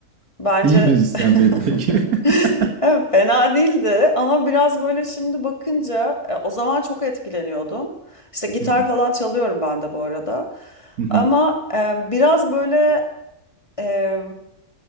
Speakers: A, on the left (about 20°); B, on the right (about 75°).
A: Bence
B: İyi müzisyen
A: <laughs>
B: miydin peki? <laughs>
A: Evet, fena değildi ama biraz böyle şimdi bakınca e, o zaman çok etkileniyordum. İşte gitar
B: Hı hı.
A: falan çalıyorum ben de bu arada.
B: Hı hı.
A: Ama e, biraz böyle e,